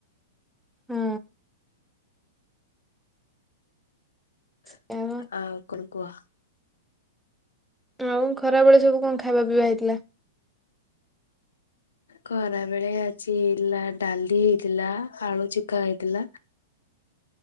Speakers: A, in the centre; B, on the left.
A: ହୁଁ। ସେୟା ପା
B: ଆଉ କଣ କୁହ।
A: ଆଉ ଖରାବେଳେ ସବୁ କଣ ଖାଇବା ପିଇବା ହେଇଥିଲା?
B: ଖରାବେଳେ ଆଜି ହେଇଥିଲା ଡାଲି ହେଇଥିଲା, ଆଳୁ ଚିକା ହେଇଥିଲା।
A: <inaudible>